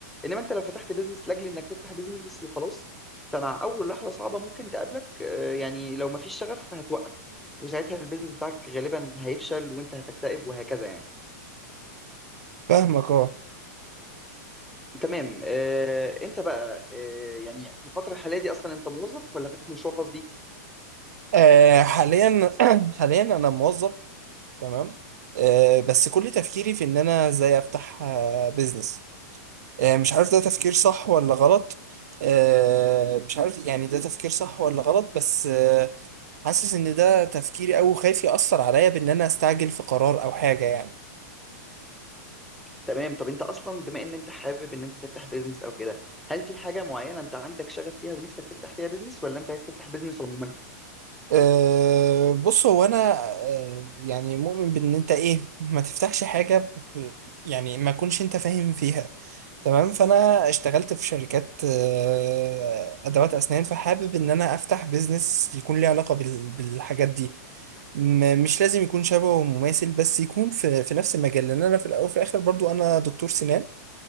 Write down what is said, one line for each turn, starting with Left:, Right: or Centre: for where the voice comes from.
Centre: انما انت لو فتحت بيزنس لاجل انك تفتح بيزنس وخلاص فمع اول لحظه صعبه ممكن تقابلك آه، يعني لو مفيش شغف هتوقف وساعتها البيزنس بتاعك غالبا هيفشل وانت هتكتئب وهكذا يعني
Right: فاهمك اه
Centre: تمام آه، انت بقى آه، يعني في الفتره الحاليه دي اصلا انت موظف ولا فاتح مشروع خاص بيك
Right: آه، حاليا <clears throat> حاليا انا موظف تمام آه، بس كل تفكيري في ان انا ازاي افتح بيزنس آه، مش عارف ده تفكير صح ولا غلط آه، مش عارف يعني ده تفكير صح ولا غلط بس آه، حاسس ان ده تفكيري او خايف يأثر عليا بان انا استعجل في قرار او حاجة يعني
Centre: تمام طب انت اصلا بما ان انت حابب ان انت تفتح بيزنس او كده هل في حاجه معينه انت عندك شغف فيها ونفسك تفتح فيها بيزنس ولا انت عايز تفتح بيزنس عموما
Right: أه بص هو انا أه يعني مؤمن بان انت ايه ما تفتحش حاجة ب- يعني ما كنش انت فاهم فيها تمام فانا اشتغلت في شركات أه ادوات اسنان فحابب ان انا افتح بيزنس يكون ليه علاقة بال- بالحاجات دي م- مش لازم يكون شبهه مماثل بس يكون في في نفس المجال لان انا في الاول وفي الاخر برضو انا دكتور سنان